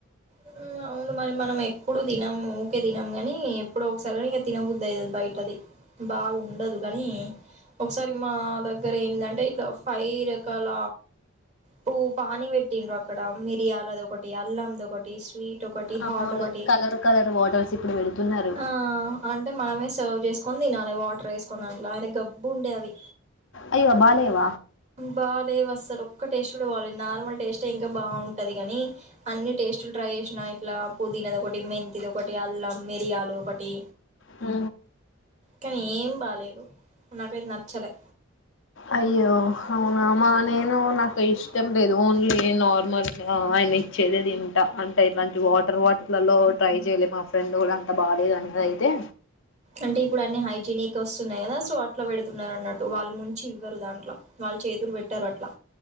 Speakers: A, on the right; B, on the left.
A: ఉ అవు అవును మరి మనం ఎప్పుడూ తినమ్ ఊకే తినమ్ కానీ ఎప్పుడో ఒకసారి తినబుద్ధి అవుతది బయటది బాగుండదు కానీ ఒకసారి మా దగ్గర ఎందంటే పైరెకల పూ పానీ పెట్టిండ్రు అక్కడ మిరియాలదొకటి అల్లమ్ దొకటి స్వీట్ స్వీట్ ఒకటి హార్ట్
B: అవును
A: ఒకటి
B: కలర్ కలర్ వాటర్స్ ఇప్పుడు పెడుతున్నారు
A: ఆ అంటే మనమే సర్వ్ చేసుకొని తినాలి వాటర్ వేసుకని దాంట్లో అయిన గబ్బు ఉండే అవి
B: అయ్యో బాలేవ
A: బాలేవు అస్సలు ఒక్క టేస్ట్ కూడా బాలేవు నార్మల్ టేస్ట్ ఇంకా బాగుంటది కాని అన్ని టేస్ట్లు ట్రై చేసినా ఇట్ల పుదీనాదొకటి మెంతీది ఒకటి అల్లం మిరియాలు ఒకటి
B: ఊ
A: కానీ ఏం బాలేదు నాకైతే నచ్చలే
B: అయ్యో అవునామ్మా నేను నాకు ఇష్టం లేదు ఓన్లీ నార్మల్ ఆ ఆయన ఇచ్చేదే తింట అంటే ఇట్లాంటి వాటర్ వాటిర్లలో ట్రై చేయ్యలే మా ఫ్రెండ్ కూడా అంతా బాలేదు అన్నది అయితే
A: అంటే ఇప్పుడు అన్ని హైజీనిక్ వస్తున్నాయి కదా సో అట్లా పెడుతున్నారు అన్నట్టు వాళ్ళు ముంచి ఇవ్వరు దాంట్లో వాళ్ళు చేతులు పెట్టారు అట్లా